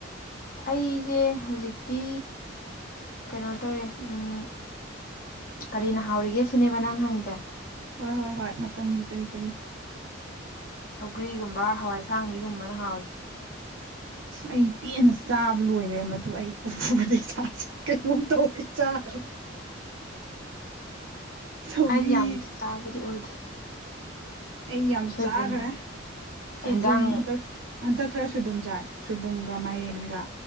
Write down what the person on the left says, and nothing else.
ꯑꯩꯁꯦ ꯍꯧꯖꯤꯛꯇꯤ ꯀꯩꯅꯣ ꯇꯧꯔꯦ ꯎꯝ ꯀꯔꯤꯅ ꯍꯥꯎꯔꯤꯒꯦ ꯁꯤꯅꯦꯕ ꯅꯪꯅ ꯍꯪꯉꯤꯁꯦ
ꯁꯧꯒ꯭ꯔꯤꯒꯨꯝꯕ ꯍꯋꯥꯏꯁꯥꯡꯕꯤꯒꯨꯝꯕꯅ ꯍꯥꯎꯋ
ꯑꯩꯗꯤ ꯌꯥꯝꯗꯤ ꯆꯥꯕꯗꯤ ꯑꯣꯏꯗꯦ
ꯁꯣꯏꯕꯨꯝ
ꯍꯦꯟꯖꯥꯡ